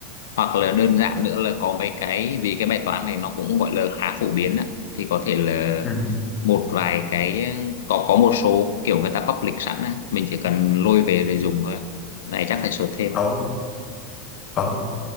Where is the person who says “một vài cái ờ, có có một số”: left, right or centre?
Left